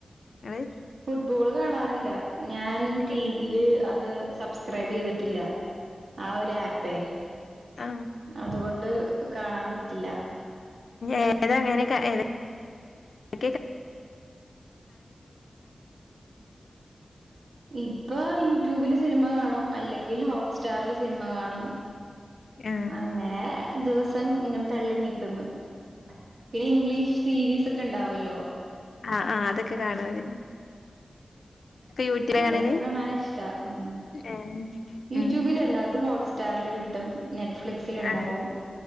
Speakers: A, on the left; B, on the right.
A: നിങ്ങള്
B: ഫുട്ബോൾ കാണാ അല്ല ഞാൻ
A: ഏ
B: ടിവിൽ അത് സബ്സ്ക്രൈബ് ചെയ്തിട്ടില്ല ആ ഒരു ആപ്പേ
A: ആ
B: അതുകൊണ്ട് കാണാൻ പറ്റില്ല
A: ഏതങ്ങനെ ഏതഴ <inaudible>
B: ഇപ്പൊ യൂട്യൂബില് സിനിമ കാണും അല്ലെങ്കിൽ ഹോട്ട്സ്റ്റാറിലെ സിനിമ കാണും
A: മു
B: അങ്ങനെ ദിവസം ഇങ്ങനെ തള്ളി നീക്കുന്നു പിന്നെ ഇംഗ്ലീഷ് സീരീസ് ഒക്കെ ഒക്ക ഉണ്ടാവല്ലോ
A: ആ, ആ, അതൊക്കെ കാണുവല്ലേ യൂട്യൂബിലാ
B: അതൊക്കെ
A: കാണല്
B: കാണൻ ഇഷ്ടാ, ഉം
A: ഏ
B: യൂട്യൂബിലല്ല
A: ഉം
B: അത് ഹോട്ട്സ് സ്റ്റാറിൽ കിട്ടും നെ നറ്റ്ഫ്ലിക്സിൽ
A: ആ
B: ഉണ്ടാവും